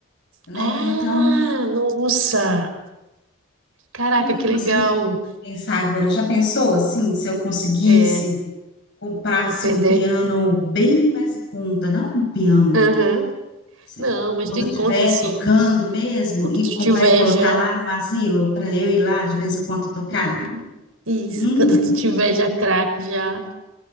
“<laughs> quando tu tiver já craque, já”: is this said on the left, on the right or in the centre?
Right